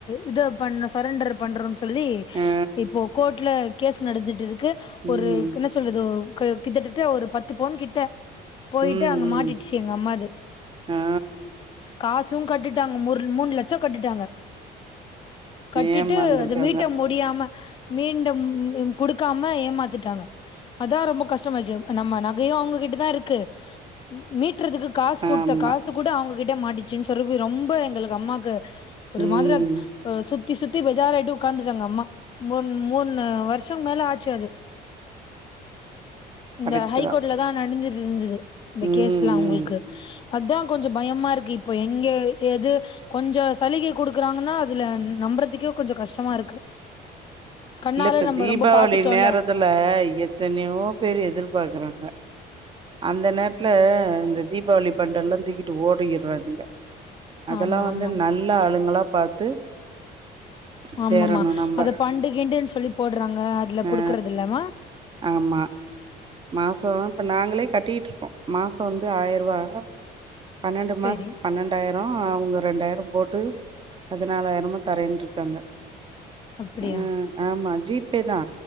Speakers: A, on the left; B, on the right.
A: இத பண்ண சரண்டர் பண்றோம்ன்னு சொல்லி
B: ஆ
A: இப்போ கோர்ட்ல கேஸ் நடந்துட்டு இருக்கு
B: ம்
A: ஒரு என்ன சொல்றது கிட்டதட்ட ஒரு பத்து பவுன் கிட்ட போயிட்டு
B: ம்
A: அங்க
B: ம்
A: மாட்டிடுச்சு எங்க அம்மாது
B: ஆ
A: காசும் கட்டிட் ட்டாங்க முர் மூணு லட்சம் கட்டிட்டாங்க கட்டிட்டு
B: ஏமாந்துருக்காங்க
A: அது மீட்ட முடியாம மீண்டும் குடுக்காம ஏமாத்திட்டாங்க அதா ரொம்ப கஷ்டமாயிடுச்சு நம்ம நகையையு அவங்க கிட் ட்டதா இருக்கு மீட் ட்றதுக்கு காசு குடுத்த
B: ஆமா
A: காசு கூட அவங்க கிட்டே மாட்டிச்சுன்னு சொல்லி ரொம்ப எங்களுக்கு அம்மாக்கு ஒரு
B: ம்
A: மாதிரியா அ சு த்தி சுத்தி பேஜாரா ஆயிட்டு உட்காந்துட்டாங்க அம்மா மூண் மூணு வருஷம் மேல ஆச்சு அது இந்த
B: கரெக்ட்டு
A: ஹை
B: தா
A: கோர்ட்லதா நடந்துட்டு இருந்துது இந்த
B: ம்
A: கேஸ்லா அவங்களுக்கு
B: ம்
A: அதுதா கொஞ்சோ பயமா இருக்கு இப்போ எங்க எது கொஞ்சோ சலுகை குடுக்குறாங்கன்னா அதுல நம்புறதுக்கே கொஞ்சோ கஷ்டமா இருக்கு கண்ணால
B: இல்ல இப்ப
A: நம்ம
B: தீபாவளி
A: ரொம்ப பாத்துட்டோல்ல
B: நேரத்துல எத்தனையோ பேரு எதிர்பாக்குறாங்க அந்த நேரத்துல இந்த தீபாவளி ஃபண்ட் எல்லா தூக்கிட்டு ஓடிட்றாானுங்க அதெல்லா
A: ஆமா
B: வந்து
A: ஆமா
B: நல்ல ஆளுங்களா பாத்து
A: ஆமாமா
B: சேரணு நம்ப
A: அத ஃபண்டு கிண்டுன்னு சொல்லி போடுறாங்க அதுல
B: அ
A: குடுக்கறது இல்லமா
B: ஆமா மாசோ இப்ப நாங்களே கட்டிட்டு இருக்கோ மாசம் வந்து ஆயிரரூவா பன்னெண்டு
A: சரி
B: மாசத்து பன்னெண்டாயிர ரோ அவங்க ரெண்டாயிரோ போட்டு பதினாலாயிரமா தரன்ருக்காங்க
A: அப்டியா
B: அ ஆமா ஜி பே தா